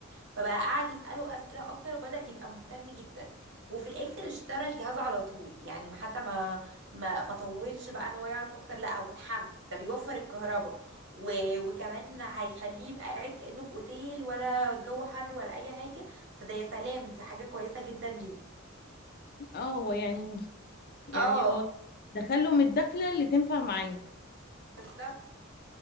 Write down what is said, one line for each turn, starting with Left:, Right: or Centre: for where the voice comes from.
Right: فبقى قعد يسأله أسئلة أكتر وبدأ يبقى مهتم جدا وفي الآخر اشترى الجهاز على طول يعني حتى ما ما ما طولش بقى ان هو يعرف اكتر لا هو اتحمس ده بيوفر الكهرباء و... وكمان هيخليه يبقى قاعد كأنه في اوتيل ولا الجو حر ولا اي حاجة فده يا سلام دي حاجة كويسة جدا ليه
Left: اه هو يعني يعني
Right: اه
Left: هو دخلهم الدخله اللي تنفع معاه
Right: بالظبط